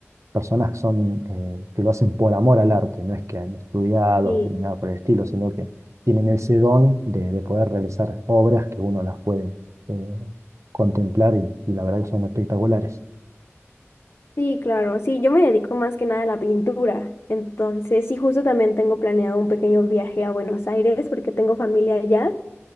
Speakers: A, on the right (about 80°); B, on the left (about 60°).
A: personas que son, eh, que lo hacen por amor al arte, no es que han estudiado
B: sí
A: ni nada por el estilo, sino que tienen ese don de, de poder realizar obras que uno las puede eh, contemplar y, y la verdad que son espectaculares.
B: sí, claro, sí, yo me dedico más que nada a la pintura. Entonces, sí, justo también tengo planeado un pequeño viaje a Buenos Aires porque tengo familia allá.